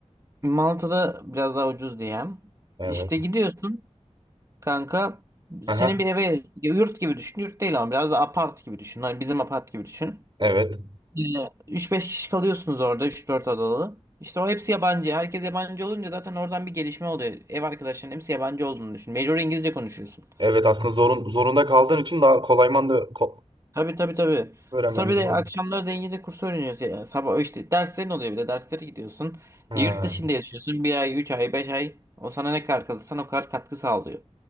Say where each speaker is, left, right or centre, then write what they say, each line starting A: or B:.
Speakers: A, on the right; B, on the right.
A: Malta'da biraz daha ucuz diyem.
B: evet.
A: İşte gidiyorsun kanka.
B: Aha,
A: Senin bir eve yurt gibi düşün. Yurt değil ama biraz da apart gibi düşün. Hani bizim apart gibi düşün.
B: evet.
A: Ee, 3-5 kişi kalıyorsunuz orada 3-4 odalı. İşte o hepsi yabancı. Herkes yabancı olunca zaten oradan bir gelişme oluyor. Ev arkadaşların hepsi yabancı olduğunu düşün. Mecbur İngilizce konuşuyorsun.
B: Evet aslında zorun, zorunda kaldığın için daha kolay da ko
A: Tabii tabii tabii.
B: öğrenmen
A: Sonra bir
B: de
A: de
B: kolay.
A: akşamları da İngilizce kursu öğreniyorsun. Ya, sabah işte derslerin oluyor bir de derslere gidiyorsun.
B: Ha.
A: E, yurt dışında yaşıyorsun. Bir ay, üç ay, beş ay. O sana ne kadar kalırsan o kadar katkı sağlıyor.